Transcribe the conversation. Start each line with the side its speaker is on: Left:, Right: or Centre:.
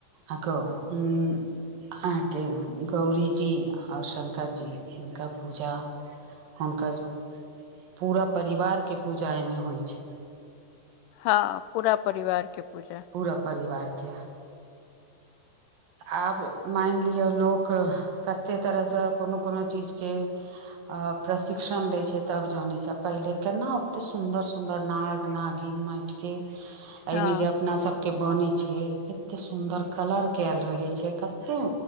Right: अह ग अहाँके गौरीजी आओर शंकर जी हिनकर पूजा हुनकर पूरा परिवारके पूजा एहिमे होइ छै
Left: हँ पूरा परिवारके पूजा
Right: पूरा परिवारके आब मानि लिय लोक कतेक तरहसँ कोनो कोनो चीजके अ प्रशिक्षण लै छै तब जानै छै पहिले केना ओते सुन्दर सुन्दर नाग नागिन माइट के एहिमे
Left: हँ
Right: जे अप अपना सब के बने छै एत्ते सुंदर कलर कयल रहे छै कत्ते